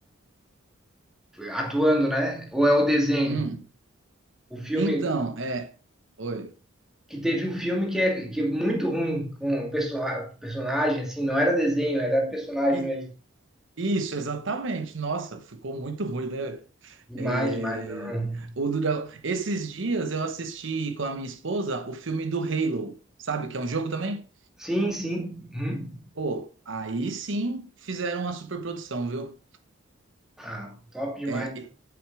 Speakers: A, in the centre; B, on the right.
A: atuando, né? Ou é o desenho?
B: Hum,
A: O filme
B: Então, é. Oi.
A: que teve um filme que é, que é muito ruim com o perso personagem, assim, não era desenho, era personagem
B: E-
A: mesmo.
B: Isso, exatamente. Nossa, ficou muito ruim, né?
A: Demais,
B: É,
A: demais. Não.
B: o do Dragon- Esses dias eu assisti com a minha esposa o filme do Halo, sabe? Que é um jogo também?
A: Sim, sim. Uhum.
B: Pô, aí sim fizeram uma superprodução, viu?
A: Ah, top demais.
B: É,